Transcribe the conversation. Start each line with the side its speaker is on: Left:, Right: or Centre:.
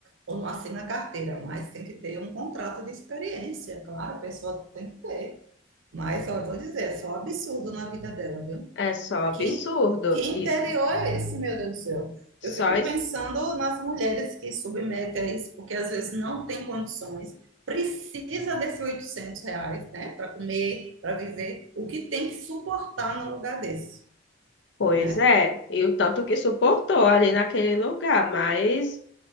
Right: ou não assina a carteira, mas tem que ter um contrato de experiência, claro, a pessoa tem que ter. Mas eu vou dizer, é só absurdo na vida dela, viu?
Left: É só absurdo.
Right: Que, que interior
Left: Isso.
Right: é esse, meu Deus do céu?
Left: Só
Right: Eu fico
Left: es-
Right: pensando nas mulheres que submetem a isso, porque às vezes não tem condições, precisa desses 800 reais, né, para comer, para viver, o que tem que suportar num lugar desse,
Left: Pois
Right: né?
Left: é. E o tanto que suportou ali naquele lugar. Mas